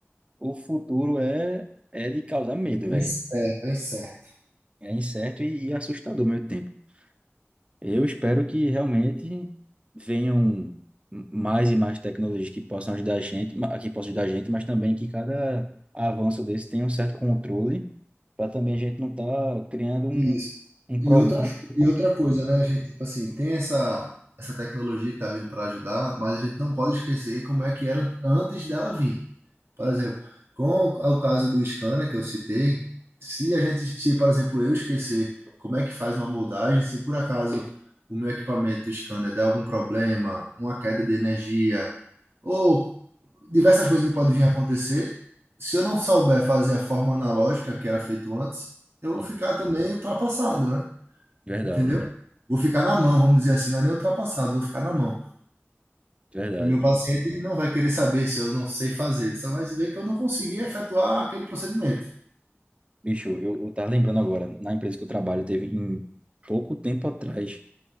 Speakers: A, on the right (about 25°); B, on the right (about 60°).
A: O futuro é, é de causar medo,
B: Bem
A: velho.
B: certo, é certo.
A: É incerto e, e assustador ao mesmo tempo. Eu espero que realmente venham mais e mais tecnologias que possam ajudar a gente, ma- que possam ajudar a gente, mas também que cada avanço desse tenha um certo controle, para também a gente não estar criando um,
B: Isso.
A: um
B: E
A: problema
B: outra,
A: pro
B: e
A: futuro.
B: outra coisa, né? A gente, tipo assim, tem essa, essa tecnologia que tá vindo para ajudar, mas a gente não pode esquecer como é que era ante- antes dela vir. Por exemplo, com o o caso do scanner que eu citei, se a gente, se, por exemplo, eu esquecer como é que faz uma moldagem, se por acaso o meu equipamento scanner der algum problema, uma queda de energia, ou diversas coisas que podem vir a acontecer, se eu não souber fazer a forma analógica que era feito antes, eu vou
A: Uhum.
B: ficar também ultrapassado, né?
A: Verdade,
B: Entendeu? Vou ficar na mão, vamos dizer assim, não é nem ultrapassado, vou ficar na mão.
A: verdade.
B: Meu paciente não vai querer saber se eu não sei fazer, ele só vai ver que eu não consegui efetuar aquele procedimento.
A: Bicho, eu, eu tava lembrando agora, na empresa que eu trabalho, teve em pouco tempo atrás,